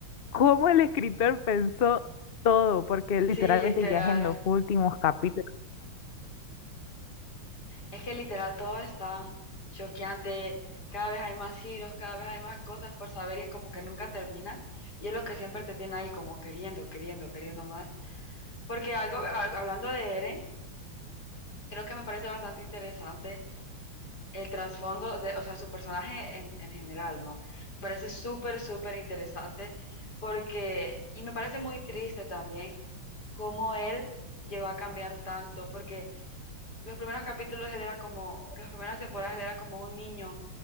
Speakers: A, on the left; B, on the left.
A: ¿cómo el escritor pensó todo? Porque
B: Sí,
A: literalmente
B: literal.
A: ya es en los últimos capítulos.
B: Es que literal todo es tan choqueante. Cada vez hay más giros, cada vez hay más cosas por saber y es como que nunca termina. Y es lo que siempre te tiene ahí como queriendo, queriendo, queriendo más. Porque algo, a- hablando de Eren, creo que me parece bastante interesante el trasfondo de, o sea, su personaje en, en general, ¿no? Me parece súper, súper interesante porque, y me parece muy triste también cómo él llegó a cambiar tanto, porque los primeros capítulos él era como, las primeras temporadas él era como un niño